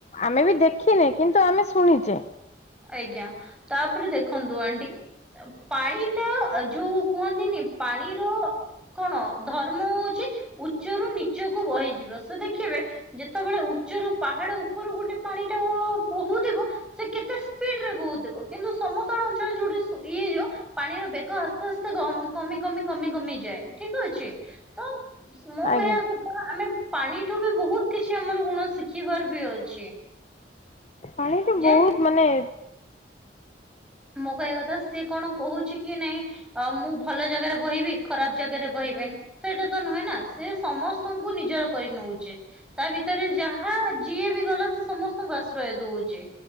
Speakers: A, on the left; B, in the centre.
A: ଆମେ ବି ଦେଖିନେ କିନ୍ତୁ ଆମେ ଶୁଣିଚେ
B: ଆଜ୍ଞା ତାପରେ ଦେଖନ୍ତୁ ଆଣ୍ଟି ପାଣି ଟା ଯୋଉ କୁହନ୍ତିନି ପାଣିର କଣ ଧର୍ମ ହଉଛି ଉଚ୍ଚରୁ ନିଚକୁ ବହିଯିବ ସେ ଦେଖିବେ ଯେତେବେଳେ ଉଚ୍ଚରୁ ପାହାଡ ଉପରୁ ଗୋଟେ ପାଣି ଟା ବୋହୁଥିବ ସେ କେତେ କହୁଥିବ କିନ୍ତୁ ସମତଳ ଅଞ୍ଚଳରେ ଯୋଉଠି ଇଏ ଯ ପାଣିର ବେଗ ଆସ୍ତେ ଆସ୍ତେ କମି କମି କମି କମିଯାଏ ଠିକ୍ ଅଛି ତ ମୁଁ
A: ଆଜ୍ଞା
B: କହିବା କଥା ଆମେ ପାଣିଠୁ ବି ବହୁତ କିଛି ଆମର ଗୁଣ ଶିଖିବାର ବି ଅଛି।
A: ପାଣି ତ
B: ଯେ
A: ବହୁତ ମାନେ
B: ମଁ କହିବା କଥା ସେ କଣ କହୁଛି କି ନାଇଁ ଅ ମୁଁ ଭଲ ଜାଗାରେ ବହିବି ଖରାପ ଜାଗାରେ ବହିବନି। ସେଇଟା ତ ନୁହେଁ ନା ସେ ସମସ୍ତଙ୍କୁ ନିଜର କରି ନଉଚି। ତା ଭିତରେ ଯାହା ଯିଏ ବି ଗଲା ସେ ସମସ୍ତଙ୍କୁ ଆଶ୍ରୟ ଦଉଚି।